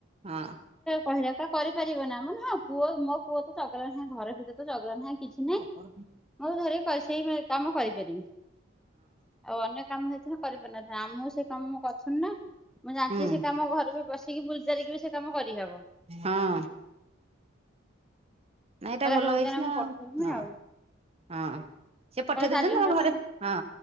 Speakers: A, on the right; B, in the centre.
A: ହଁ।
B: କହିଲ ଟା କରିପାରିବ ନା ଆମର ହଁ ପୁଅ ମୋ ପୁଅ ତ ସ ଘର ଭିତରେ ଝଗଡ଼ା ନାଁ କିଛି ନାଇଁ
A: ହଁ
B: ମୁଁ ଥରେ ସେଇ କାମ କରିପାରମି। ଆଉ ଅନେକ କାମ ହେଇଥିଲା କରିପାରିନଥାନ୍ତି ଆମକୁ ସେ କାମ କରୁଥିନି ନା। ମୁଁ ଜାଣିଛି
A: ହୁଁ
B: ସେ କାମ ଘର ବି ବସିକି ବୁଲିଚାରିକି ବି ସେ କାମ କରିହବ।
A: ହଁ ନାଇଁ ଏଟା
B: ହେଲେ
A: ଭଲ
B: ହଉ
A: ହେଇଛି
B: ତାହେଲେ
A: ନା
B: ମୁଁ
A: ଆଉ
B: ପଠେଇମି
A: ହଁ
B: ଆଉ
A: ହଁ। ସେ ପଠେଇ
B: ତାହେଲେ
A: ଦଉଛନ୍ତି
B: ଚାରି ଘଣ୍ଟା
A: ତମ ଘରେ
B: ତମେ
A: ହଁ।